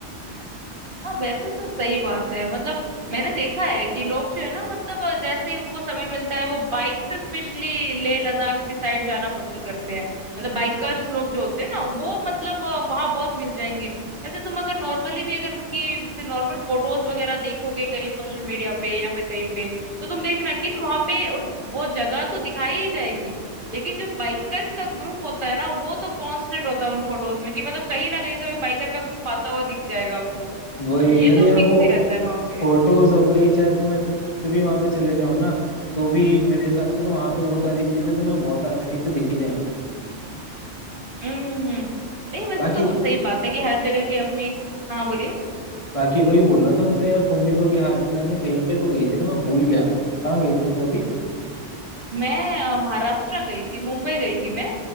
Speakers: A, on the right; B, on the left.
A: हाँ वैसे तो सही बात है मतलब मैंने देखा है कि लोग जो है ना मतलब जैसे ही उनको समय मिलता है वो बाइक से स्पेशली लेह लद्दाख की साइड जाना पसंद करते हैं मतलब बाइकर्स लोग जो होते हैं ना वो मतलब वहां बहुत मिल जाएंगे वैसे तुम अगर नॉर्मली भी अगर उनकी जैसे नॉर्मल फोटोज वगैरह देखोगे कहीं सोशल मीडिया पे या फिर कहीं पे तो तुम देखना कि ना वहाँ पे उन, वो जगह तो दिखाई ही जाएगी लेकिन जो बाइकर्स का ग्रुप होता है ना वो तो कांस्टेंट होता है उन फोटोज में कि मतलब कहीं ना कहीं से बाइकर का ग्रुप आता हुआ दिख जाएगा आपको
B: वही
A: ये
B: अरे
A: तो
B: यार
A: फिक्स
B: वो
A: ही रहता है वहां पे
B: फोटोज हो गई चाहे तुम ऐसे खुद से भी वहां पे चले जाओ ना तो भी मेरे हिसाब से तो वहां पे वो सारी चीजें तुम्हें बहुत आसानी से दिखी जाएंगी
A: हम्म हम्म नहीं वैसे
B: बाकी
A: तो सही बात है कि हर जगह की अपनी हाँ बोलिए
B: बाकी वही बोल रहा था मैं तो यार तुम भी तो अभी हाल फिलहाल में कहीं पे तो गई थी ना मैं भूल गया कहाँ गई थी तुम अभी
A: मैं अ, महाराष्ट्र गई थी मुंबई गई थी मैं